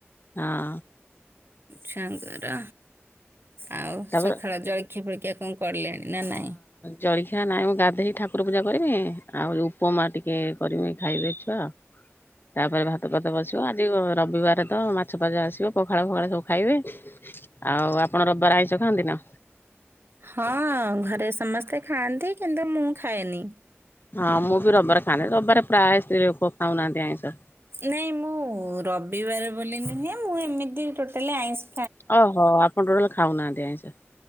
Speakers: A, on the left (about 50°); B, on the right (about 55°).
A: ହଁ।
B: ଛୁଆଙ୍କର ଆଉ
A: ତାପରେ
B: ସକାଳ ଜଳିଖିଆ ଫଳିଖିଆ କଣ କରିଲେଣି ନା ନାଇଁ?
A: ଜଳିଖିଆ ନାଇଁ ମୁଁ ଗାଧେଇ ଠାକୁର ପୂଜା କରିମି ଆଉ ଉପମା ଟିକେ କରିମି ଖାଇବେ ଛୁଆ। ତାପରେ ଭାତ ଫାତ ବସିବ ଆଜି ରବିବାର ତ ମା ଛ ଆସିବ ପଖାଳ ପଖାଳ ସବୁ ଖାଇବେ। ଆଉ ଆପଣ ରବିବାରେ ଆଇଁଷ ଖାଆନ୍ତି ନା?
B: ହଁ ଘରେ ସମସ୍ତେ ଖାଆନ୍ତି କିନ୍ତୁ ମୁଁ ଖାଏନି।
A: ହଁ ମୁଁ ବି ରବିବାରେ ଖାଉନି। ରବିବାରେ ପ୍ରାଏ ସ୍ତ୍ରୀ ଲୋକ ଖାଉନାଆନ୍ତି ଆଇଁଷ।
B: ନାଇଁ ମୁଁ ରବିବାରେ ବୋଲି ନୁହେଁ ମୁଁ ଏମିତି ଟୋଟାଲି ଆଇଁସ।
A: ଓହୋ ଆପଣ ଟୋଟାଲ ଖାଉ ନାହାନ୍ତି ଆଇଁଷ।